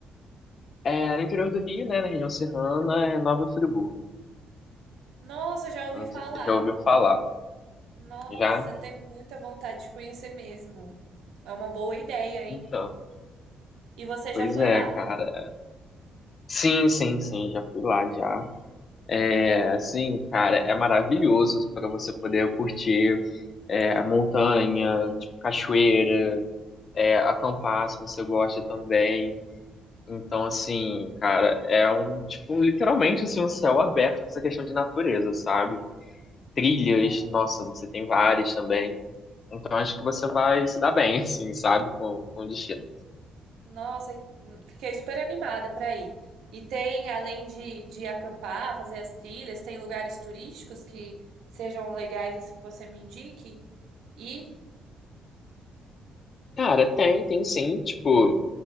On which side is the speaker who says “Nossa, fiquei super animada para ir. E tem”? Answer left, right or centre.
Right